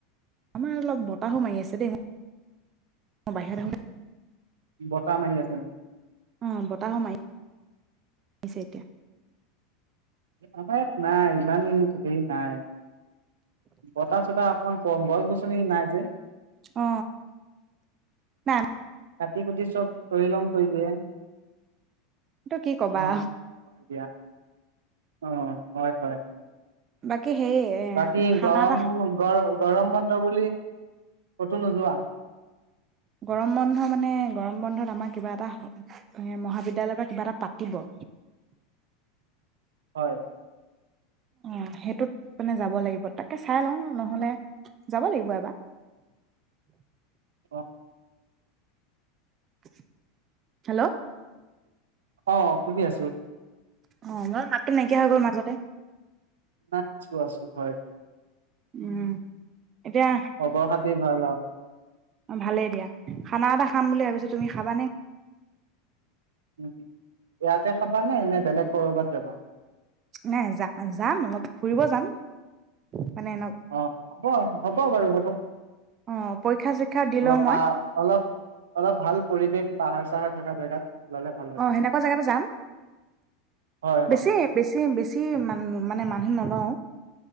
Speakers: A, on the right (about 35°); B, on the right (about 80°).
A: আমাৰ অলপ বতাহো মাৰি আছে দেই মই বাহিৰত আহো
B: বতাহ মাৰি আছে নেকি?
A: অ বতাহো মাৰি মাৰিছে এতিয়া
B: আমাৰ ইয়াত নাই ইমান হেৰি নাই বতাহ চতাহ। অকমান কম গছ গছনি নাই যে
A: অ নাই
B: কাটি কুটি চব তহি লং কৰি দিয়ে।
A: তটো কি কবা
B: অ', হয় দিয়া, অ হয় হয়
A: বাকী সেই এ
B: বাকী
A: খানা
B: গৰম
A: এটা
B: গৰ গৰম বন্ধ বুলি কতো নোযোৱা
A: গৰম বন্ধ মানে গৰম বন্ধত আমাৰ কিবা এটা এ মহাবিদ্যালয় পা কিবা এটা পাতিব
B: হয়।
A: অ সেইটোত মানে যাব লাগিব তাকে চাই লওঁ নহলে যাব লাগিব এবাৰ।
B: অ
A: <unintelligible> হেল্ল'
B: অ শুনি আছো
A: অ বাৰ মাতটো নাইকিয়া হৈ গ'ল মাজতে।
B: আছোঁ আছোঁ হয়
A: উম। এতিয়া
B: সৰ্ব সাধাৰণ। ভাল আৰু
A: অ ভালে দিয়া খানা এটা খাম বুলি ভাবিছো তুমি খাবানে?
B: উম ইয়াত তে খাবানে নে বেলেগ ক'ৰবাত যাবা?
A: নাই যা যাম অলপ ফুৰিব যাম। মানে এনে
B: অ হ'ব হ'ব বাৰু হ <unintelligible>
A: অ', পৰীক্ষা চৰীক্ষা দি
B: অলপ
A: লওঁ মই
B: পা অলপ অলপ ভাল পৰিৱেশ পাহাৰ-চাহাৰ থাকা জেগাত। ললে ভাল হয়।
A: অ সেনেকুৱা জেগাতে যাম
B: হয় হয়
A: বেছি বেছি বেছি মানু মানে মানুহ নলও।